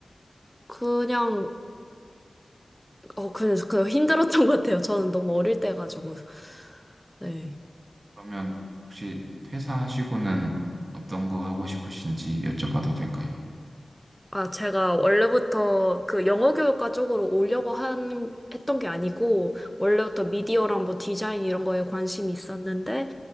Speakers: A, in the centre; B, on the right.
A: 그냥, 어, 그냥, 그 힘들었던 것 같아요. 저는 너무 어릴 때 가지고. 네.
B: 그러면 혹시 퇴사하시고는 어떤 거 하고 싶으신지 여쭤봐도 될까요?
A: 아, 제가 원래부터 그 영어 교육과 쪽으로 오려고 한, 했던 게 아니고, 원래부터 미디어랑 뭐 디자인 이런 거에 관심이 있었는데,